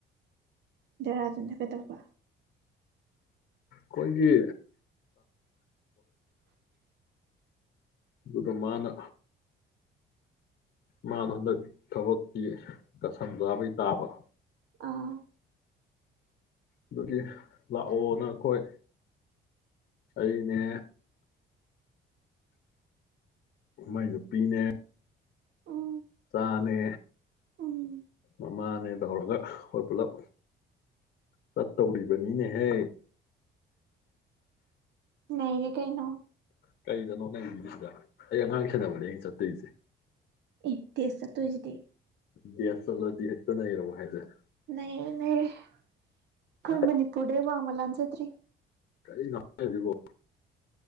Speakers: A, on the right; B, on the left.
A: ꯖꯦꯔꯥꯗꯨꯅ ꯀꯩꯗꯧꯕ
B: ꯀꯖ ꯑꯗꯨꯗ ꯃꯥꯅ ꯃꯥꯅ ꯍꯟꯗꯛ ꯊꯕꯛꯀꯤꯒ ꯁꯝꯖꯥꯕꯩ ꯇꯥꯕ
A: ꯑꯥ
B: ꯑꯗꯨꯒꯤ ꯂꯥꯛꯑꯣꯅ ꯑꯩꯈꯣꯏ ꯑꯩꯅꯦ ꯃꯥꯏ ꯅꯨꯄꯤꯅꯦ
A: ꯎꯝ
B: ꯏꯆꯥꯅꯦ
A: ꯎꯝ
B: ꯃꯃꯥꯅꯦ ꯇꯧꯔꯒ ꯑꯩꯈꯣꯏ ꯄꯨꯂꯞ ꯆꯠꯇꯧꯔꯤꯕꯅꯤꯅꯦꯍꯦ
A: ꯅꯌꯦꯦ ꯀꯩꯩꯅꯣ
B: ꯀꯩꯗꯅꯣ ꯅꯪ ꯁꯤꯗ ꯑꯩ ꯑꯉꯥꯡ ꯁꯦꯅꯕꯅꯦ ꯑ ꯆꯠꯇꯣꯏꯁꯦ
A: ꯑꯦ ꯇ ꯆ ꯇꯣꯏꯁꯤꯗ
B: ꯗꯤ ꯑꯁ ꯆꯠꯂꯗꯤ ꯍꯦꯛꯇꯅ ꯏꯔꯕꯣ ꯍꯥꯏꯁꯔꯦ
A: ꯅ ꯅ ꯑꯩꯈꯣꯏ
B: ꯀꯥꯏ
A: ꯃꯅꯤꯄꯨꯔꯗ ꯋꯥ ꯑꯃ ꯂꯥꯟꯖꯗ꯭ꯔꯤ
B: ꯀꯔꯤꯅꯣ ꯍꯥꯏꯁꯤꯕꯣ꯫